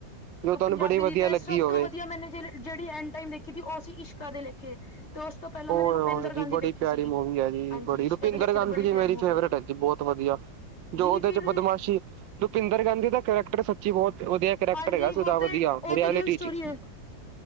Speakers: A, on the left (about 35°); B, on the right (about 85°).
A: ਦੇਖੋ
B: ਜੋ ਤੁਹਾਨੂੰ
A: ਪੰਜਾਬੀ
B: ਬੜੀ ਵਧੀਆ
A: ਦੀ ਤੇ,
B: ਲੱਗੀ
A: ਸਭ
B: ਹੋਵੇ।
A: ਤੋਂ ਵਧੀਆ ਮੈਨੇ ਜ ਜਿਹੜੀ ਐਂਡ ਟਾਈਮ ਦੇਖੀ ਤੀ, ਓਹ ਸੀਂ ਇਸ਼ਕਾ ਦੇ ਲੇਖੇ, ਤੇ ਉਸ ਤੋਂ ਪਹਿਲਾਂ
B: ਓ,
A: ਮੈਨੇ ਰੁਪਿੰਦਰ
B: ਓ, ਜੀ
A: ਗਾਂਧੀ
B: ਬੜੀ
A: ਵੇਖੀ
B: ਪਿਆਰੀ
A: ਸੀਗੀ
B: ਮੂਵੀ ਐ ਜੀ,
A: ਹਾਂਜੀ
B: ਬੜੀ
A: ਇਸ਼ਕਾ
B: ਰੁਪਿੰਦਰ
A: ਦੇ ਲੇਖੇ
B: ਗਾਂਧੀ
A: ਤੇ ਬੜੀ
B: ਜੀ
A: ਪਿਆਰੀ
B: ਮੇਰੀ
A: ਮੂਵੀ
B: ਫੇਵਰੇਟ
A: ਹੈ ਜੀ
B: ਹੈਜੀ ਬਹੁਤ ਵਧੀਆ। ਜੋ
A: ਜੀ
B: ਉਹਦੇ'ਚ
A: ਫਿਰ
B: ਬਦਮਾਸ਼ੀ, ਰੁਪਿੰਦਰ ਗਾਂਧੀ ਦਾ ਕਰੈਕਟਰ ਸੱਚੀ ਬਹੁਤ ਵਧੀਆ ਕਰੈਕਟਰ
A: ਹਾਂਜੀ,
B: ਹੈਗਾ ਸੀ ਉਹਦਾ
A: ਵੋ ਤੇ,
B: ਵਧੀਆ
A: ਉਹ
B: ਰਿਐਲਿਟੀ
A: ਤੇ ਰੀਅਲ ਸਟੋਰੀ
B: ਚ
A: ਏ।